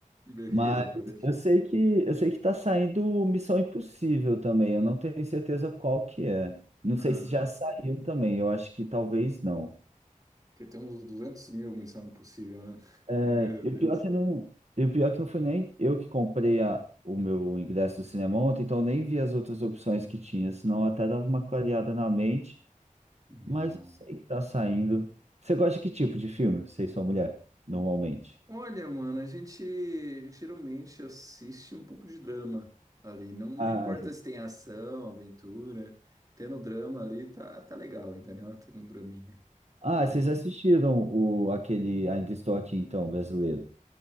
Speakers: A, on the right; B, on the right.
A: Beleza,
B: Mas
A: pode deixar.
B: eu sei que eu sei que tá saindo Missão Impossível também. Eu não tenho certeza qual que é. Não
A: Uhum.
B: sei se já saiu também. Eu acho que talvez não.
A: Que tem uns duzentos mil Missão Impossível, né? <laughs>
B: É,
A: Meu
B: e o
A: Deus.
B: pior é que não, e o pior é que não foi nem eu que comprei a, o meu ingresso do cinema ontem, então eu nem vi as outras opções que tinha, senão até dava uma clareada na mente,
A: Não.
B: mas eu sei que tá saindo. Você gosta de que tipo de filme, você e sua mulher, normalmente?
A: Olha, mano, a gente geralmente assiste um pouco de drama ali. Não, não
B: Ah,
A: importa
B: vocês,
A: se tem ação, aventura. Tendo drama ali, tá, tá legal, entendeu? Tem um draminha
B: ah,
A: básico.
B: vocês assistiram o, aquele Ainda Estou Aqui, então, brasileiro.